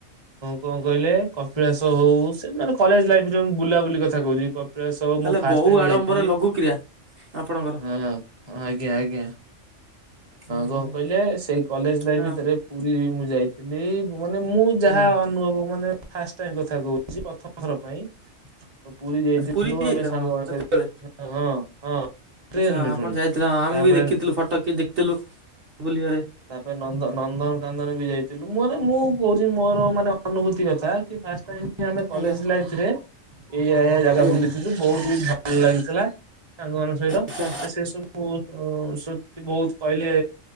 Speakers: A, on the right; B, on the right.
A: କଣ କହିଲେ କପିଳାସ ହଉ ସେ ମାନେ କଲେଜ ଲାଇଫରେ ମୁ ବୁଲାବୁଲି କଥା କହୁଛି। କପିଳାସ
B: ତାହେଲେ
A: ମୁଁ ଫାଷ୍ଟ
B: ବହୁ
A: ଟାଇମ
B: ଆଡମ୍ବର
A: ଯାଇଥିଲି
B: ଲଘୁ କ୍ରିୟା ଆପଣଙ୍କର।
A: ହଁ। ଆଜ୍ଞା ଆଜ୍ଞା
B: ହୁଁ ହୁଁ
A: କଣ କହିଲେ ସେଇ କଲେଜ ଲାଇଫ
B: ହଁ
A: ଭିତରେ- ପୁରୀ ମୁଁ ଯାଇଥିଲି ମାନେ ମୁଁ
B: ହୁଁ
A: ଯାହା ଅନୁଭବ ମାନେ ଫା ଟ କଥା କହୁଛି। ର ପାଇଁ ପୁରୀ ଯାଇଥିଲୁ
B: ଆଚ୍ଛା ଯାଇଥିଲେ
A: ଆମେ
B: ଆପଣ
A: ସାଙ୍ଗମାନେ
B: ସେତେବେଳେ?
A: ସ ହଁ ହଁ। ଟ୍ରେନରେ
B: ଆଚ୍ଛା ଆପଣ
A: ପୁଣି।
B: ଯାଇଥିଲେ ଆମେ
A: ତାପରେ
B: ବି ଦେଖିଥିଲୁ ଫଟୋ କି ଦେଖିଥିଲୁ ବୁଲିବରେ।
A: ତାପରେ ନନ୍ଦନ ନନ୍ଦନକନ୍ଦନ ବି ଯାଇଥିଲୁ ମୁଁ ମାନେ ମୁଁ କହୁଛି ମୋର ମାନେ ଅନୁଭୂତି କଥା, କି ଫାଷ୍ଟ୍ ଟାଇମ୍ ଆମେ କଲେଜ
B: ଆଜ୍ଞା।
A: ଲାଇଫ୍ ରେ। ଏଇଆ ଏଇଆ ଜାଗା
B: ଆଜ୍ଞା
A: ବୁଲିଥିଲୁ, ବହୁତ ବି ଭଲ ଲାଗିଥିଲା ସାଙ୍ଗମାନଙ୍କ ସହିତ।
B: ଆଚ୍ଛା
A: ମତେ ସେ ସବୁ ବହୁତ୍ ଅ ସୁଟି ବହୁତ କହିଲେ।